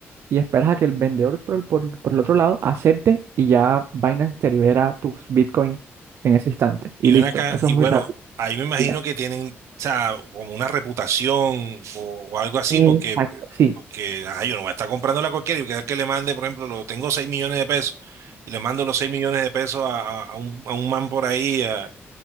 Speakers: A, on the right; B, on the right.
A: Y esperas a que el vendedor por el, por, por el otro lado acepte y ya Binance te libera tus Bitcoin en ese instante. Y
B: Y ven
A: listo.
B: acá,
A: Eso
B: y
A: es muy
B: bueno,
A: rápido.
B: ahí me imagino
A: Dime.
B: que tienen, o sea, como una reputación o, o algo así,
A: Exacto.
B: porque,
A: Sí,
B: porque ajá, yo no voy a estar comprándola a cualquiera y que tal que le mande, por ejemplo, lo tengo 6 millones de pesos, y le mando los 6 millones de pesos a, a- a un, a un man por ahí, a-